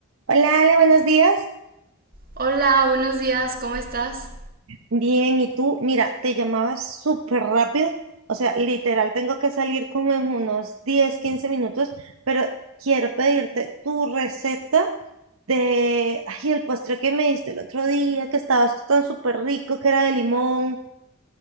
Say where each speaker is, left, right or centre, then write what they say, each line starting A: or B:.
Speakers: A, on the right (about 80°); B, on the right (about 45°).
A: Hola Ale, buenos días.
B: Hola, buenos días, ¿cómo estás?
A: Bien, ¿y tú? Mira, te llamaba súper rápido. O sea, literal, tengo que salir como en unos 10 15 minutos, pero quiero pedirte tu receta de, ay, el postre que me diste el otro día, que estaba tan súper rico, que era de limón.